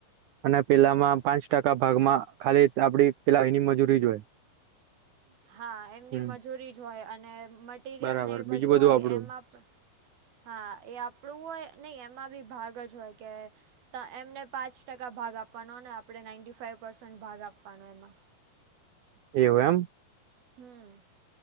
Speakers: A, on the right (about 80°); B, on the right (about 65°).
A: અને પેલામાં પાંચ ટકા ભાગમાં ખાલી આપડી પેલા એની મજૂરી જોય.
B: હા એમની
A: હમ
B: મજૂરી જ હોય અને મટિરિયલને
A: બરાબર
B: એ બધું
A: બીજું
B: હોય
A: આપડું
B: એમાં.
A: <inaudible>
B: હા એ આપણું હોય નહી એમાં બી ભાગ જ હોય કે. તો એમને પાંચ ટકા ભાગ આપવાનો અનેને આપણે નાઇન્ટી ફાઇવ પર્સન્ટ ભાગ આપવાનો એમાં.
A: એ એમ.
B: હમ.